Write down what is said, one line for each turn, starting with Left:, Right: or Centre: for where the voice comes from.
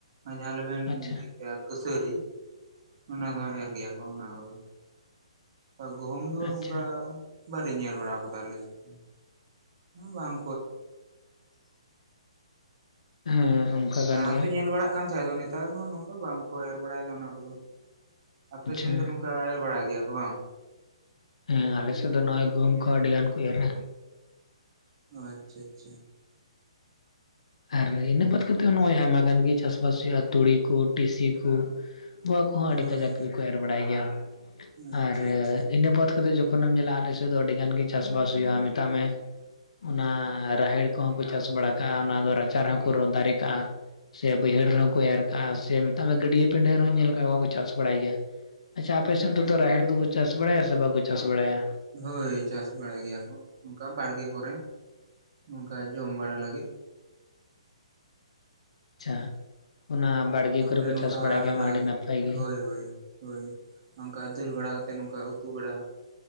Right: ᱟᱨ ᱡᱟᱦᱟᱸᱞᱮᱵᱮᱱ
Left: ᱟᱪᱪᱷᱟ
Right: ᱞᱟᱹᱭ ᱠᱮᱜᱼᱟ ᱠᱟᱹᱥᱟᱹᱨᱤ ᱚᱱᱟ ᱫᱚ ᱮᱨ ᱜᱮᱭᱟ ᱠᱚ ᱚᱱᱟ ᱠᱚᱫᱚ ᱜᱚᱦᱚᱢ ᱫᱚ
Left: ᱟᱪᱪᱷᱟ
Right: ᱱᱚᱝᱠᱟ ᱵᱟᱞᱮᱧ ᱧᱮᱞ ᱵᱟᱲᱟᱣ ᱠᱟᱫᱟ ᱟᱞᱮ ᱥᱮᱫ ᱵᱟᱝ
Left: <unintelligible> ᱦᱮᱸ ᱠᱟᱱ
Right: ᱢᱟᱲᱟᱝ
Left: ᱜᱮᱭᱟ
Right: ᱛᱮ ᱧᱮᱞ ᱵᱟᱲᱟᱜ ᱠᱟᱱ ᱛᱟᱦᱮᱸᱫ ᱟᱫᱚ ᱱᱮᱛᱟᱨ ᱦᱚᱸ ᱱᱚᱝᱠᱟ ᱵᱟᱝᱠᱚ ᱮᱨ ᱵᱟᱲᱟᱭ ᱫᱟ ᱚᱱᱟ ᱠᱚᱫᱚ ᱟᱯᱮ
Left: ᱟᱪᱪᱷᱟ
Right: ᱥᱮᱱ ᱫᱚ ᱱᱚᱝᱠᱟ ᱮᱨ ᱵᱟᱲᱟᱭ ᱜᱮᱭᱟ ᱠᱚ ᱵᱟᱝ
Left: ᱦᱮᱸ ᱟᱞᱮᱥᱮᱫ ᱫᱚ ᱱᱚᱜᱼᱚᱭ ᱜᱩᱦᱩᱢ ᱠᱚᱦᱚᱸ ᱟᱹᱰᱤ ᱜᱟᱱ ᱠᱚ ᱮᱨᱟ
Right: ᱚ ᱟᱪᱪᱷᱟ ᱟᱪᱪᱷᱟ
Left: ᱟᱨ ᱤᱱᱟᱹ ᱵᱟᱫ ᱠᱟᱛᱮᱫ ᱦᱚᱸ ᱱᱚᱜᱼᱚᱭ ᱟᱭᱢᱟ ᱜᱟᱱ ᱜᱮ ᱪᱟᱥᱵᱟᱥ ᱦᱩᱭᱩᱜᱼᱟ ᱛᱩᱲᱤ ᱠᱚ ᱴᱤᱥᱤ ᱠᱚ ᱱᱚᱣᱟ ᱠᱚᱦᱚᱸ ᱟᱹᱰᱤ
Right: ᱦᱳᱭ
Left: ᱠᱟᱡᱟᱠ ᱜᱮᱠᱚ ᱮᱨ ᱵᱟᱲᱟᱭ ᱜᱮᱭᱟ
Right: ᱟᱪᱪᱷᱟ
Left: ᱟᱨ
Right: ᱟᱪᱪᱷᱟ
Left: ᱤᱱᱟᱹ ᱵᱟᱫ ᱠᱟᱛᱮᱫ ᱡᱚᱠᱷᱚᱱᱮᱢ ᱧᱮᱞᱟ ᱟᱞᱮ ᱥᱮᱫ ᱫᱚ ᱟᱹᱰᱤ ᱜᱟᱱ ᱜᱮ ᱪᱟᱥᱵᱟᱥ ᱦᱩᱭᱩᱜᱼᱟ ᱢᱮᱛᱟᱜ ᱢᱮ ᱚᱱᱟ ᱨᱟᱦᱮᱲ ᱠᱚᱦᱚᱸ ᱠᱚ ᱪᱟᱥ ᱵᱟᱲᱟ ᱠᱟᱜᱼᱟ ᱚᱱᱟ ᱫᱚ ᱨᱟᱪᱟ ᱨᱮᱦᱚᱸᱠᱚ ᱨᱚᱼᱫᱟᱨᱮ ᱠᱟᱜᱼᱟ ᱥᱮ ᱵᱟᱹᱭᱦᱟᱹᱲ ᱨᱮᱦᱚᱸ ᱠᱚ ᱮᱨ ᱠᱟᱜᱼᱟ ᱥᱮ ᱢᱮᱛᱟᱜ ᱢᱮ ᱜᱟᱹᱰᱤᱭᱟᱹ ᱯᱤᱸᱰᱟᱹ ᱨᱮᱦᱚᱸ ᱧᱮᱞ ᱠᱟᱜ ᱠᱚᱣᱟ ᱪᱟᱥ ᱵᱟᱲᱟᱭ ᱜᱮᱭᱟ ᱟᱪᱪᱷᱟ ᱟᱯᱮᱥᱮᱫ ᱚᱱᱛᱮ ᱫᱚ ᱨᱟᱦᱮᱲ ᱫᱚᱠᱚ ᱪᱟᱥ ᱵᱟᱲᱟᱭᱟ ᱥᱮ ᱵᱟᱠᱚ ᱪᱟᱥ ᱵᱟᱲᱟᱭᱟ
Right: ᱦᱳᱭ ᱪᱟᱥ ᱵᱟᱲᱟᱭ ᱜᱮᱭᱟ ᱠᱚ ᱚᱱᱠᱟ ᱵᱟᱲᱜᱮ ᱠᱚᱨᱮ ᱚᱝᱠᱟ ᱡᱚᱢ ᱵᱟᱲᱟ ᱞᱟᱹᱜᱤᱫ
Left: ᱟᱪᱪᱷᱟ ᱚᱱᱟ ᱵᱟᱲᱜᱮ ᱠᱚᱨᱮ
Right: ᱛᱯᱚᱨᱮ
Left: ᱠᱚ
Right: ᱱᱚᱠᱟ
Left: ᱪᱟᱥ ᱵᱟᱲᱟᱭ ᱠᱷᱟᱱ
Right: ᱚᱱᱟ
Left: ᱢᱟ ᱟᱹᱰᱤ ᱱᱟᱯᱟᱭ ᱜᱮ
Right: ᱦᱳᱭ ᱦᱳᱭ ᱦᱳᱭ ᱱᱚᱝᱠᱟ ᱫᱟᱹᱞ ᱵᱟᱲᱟ ᱠᱟᱛᱮ ᱱᱚᱝᱠᱟ ᱩᱛᱩ ᱵᱟᱲᱟ